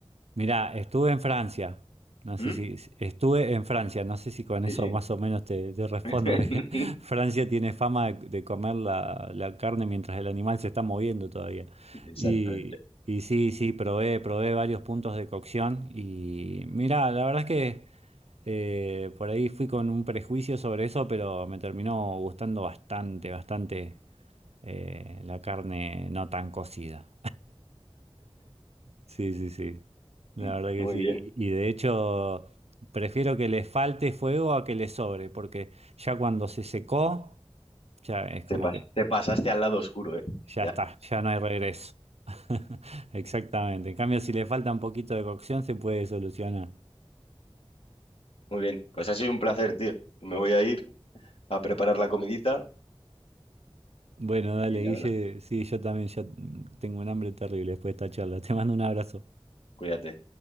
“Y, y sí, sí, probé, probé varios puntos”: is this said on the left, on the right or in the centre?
Right